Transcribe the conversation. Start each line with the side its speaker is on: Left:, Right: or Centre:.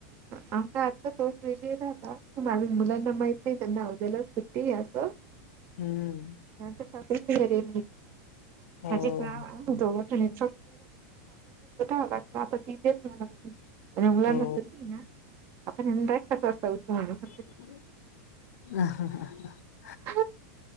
Right: आमता आता तोच विजय झाला की माझ्या मुलांना माहित नाही त्यांना उदयाला सुट्टी असं
Left: हम्म
Right: सत घर
Left: हो
Right: माझेच नाव <unintelligible> दवाखाण्या <unintelligible> आता तिथेच मुला
Left: हो
Right: आपण खच वा असत उत म्हणून <unintelligible>
Left: ह हा ह ह <unintelligible>
Right: ह.